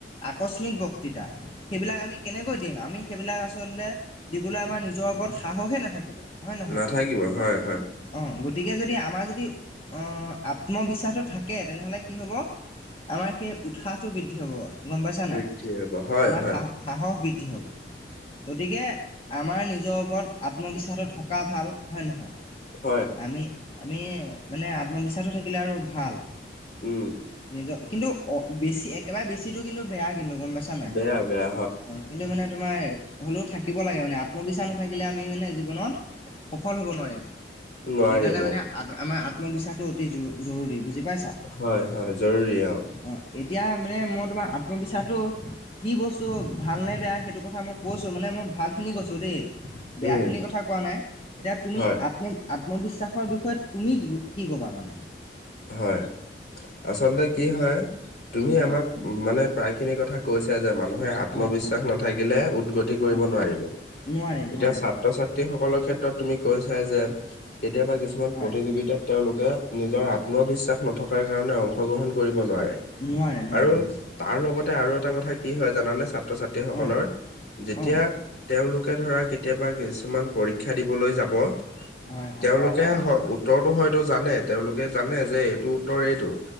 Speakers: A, on the left (about 30°); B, on the left (about 60°).
A: আকস্মিক বক তিতা সেইবিলাক আমি কেনেকৈ দিম আমি সেইবিলাক আচলতে দিবলৈ আমাৰ নিজৰ ওপৰত সাহসেই নাথাকিব হয় নহয়
B: নাথাকিব, হয়, হয়,
A: অঁ গ গতিকে যদি আমাৰ যদি আত্মবিশ্বাসটো থাকে তেনেহ'লে কি হ'ব আমাৰ সেই উৎসাহটো বৃদ্ধি হব গম পাইছা
B: বৃদ্ধি
A: নাই
B: হ'ব, হয়,
A: আমাৰ
B: হয়।
A: সাহ সাহস বৃদ্ধি হ' <unintelligible> গতিকে আমাৰ নিজৰ ওপৰত আত্মবিশ্বাস থকা ভাল হয় নহয়
B: হয়,
A: আমি-আমি মানে আত্মবিশ্বাসটো থাকিলে আৰু ভাল
B: উম
A: নিজ কিন্তু অ বেছি একেবাৰে বেছিটো কিন্তু বেয়া কিন্তু গম পাইছা নাই
B: বেয়া বেয়া
A: হয় কিন্তু মানে। তোমাৰ হ'লেও থাকিব লাগে মানে আত্মবিশ্বাস নাথাকিলে আমি মানে জীৱনত। সফল হ'ব নোৱাৰিম
B: নোৱাৰিম
A: সেইকাৰণে মানে
B: অ,
A: আ আমাৰ আত্মবিশ্বাসটো অতি জৰু জৰুৰী বুজি। পাইছা
B: হয় হয় জৰুৰী অহ।
A: অঁ এতিয়া মানে মই তোমাৰ আত্মবিশ্বাসটো। কি বস্তু ভালনে বেয়া সেইটো কথা মই কৈছোঁ মানে মই ভালখিনি কৈছোঁ দেই। বেয়াখিনি
B: উম,
A: কথা কোৱা নাই এতিয়া তুমি
B: হয়
A: আত্ম। আত্মবিশ্বাসৰ বিষয়ে তুমি কি কি কি ক'বা মানে।
B: হয় আচলতে কি হয় তুমি আমাক
A: অঁ
B: মানে প্ৰায়। সেই খিনি কথা কৈছে যে মানুহে আত্মবিশ্বাস
A: হয় হয়
B: নাথাকিলে উদগতি কৰিব
A: অঁ
B: নোৱাৰিব।
A: নোৱাৰে
B: এতিয়া
A: নোৱাৰে
B: ছাত্ৰ
A: হয়
B: ছাত্ৰী সকলৰ ক্ষে। এত তুমি কৈছা যে কেতিয়াবা কিছুমান
A: হয়
B: প্ৰতিযোগিতা তেওঁলোকে নিজৰ আ। আত্মবিশ্বাস নথকাৰ কাৰণে অংশগ্ৰহণ কৰিব। ব নোৱাৰে
A: নোৱাৰে নোৱাৰে
B: আৰু
A: নিশ্চয়
B: তাৰ লগতে আৰু এটা কথা কি হয় জানানে। ছাত্ৰ ছাত্ৰীসকলৰ
A: অঁ
B: যেতিয়া
A: অঁ
B: তেওঁলোক। কে ধৰা কেতিয়াবা কিছুমান পৰীক্ষা দিবলৈ যাব।
A: হয় হয়
B: তেওঁলোকে উত্তৰটো হয়তো জানে তেওঁলোকে জানে যে এইটো উত্তৰ এইটো।